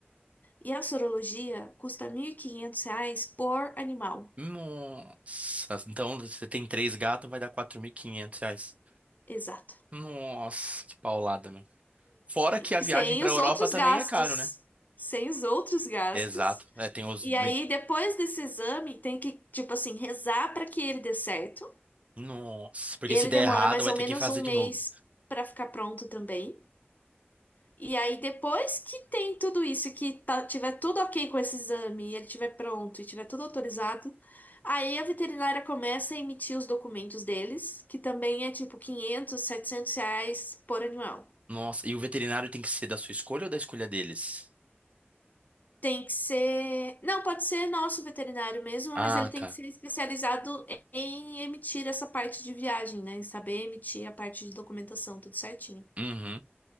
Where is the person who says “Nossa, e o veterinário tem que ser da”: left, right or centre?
Right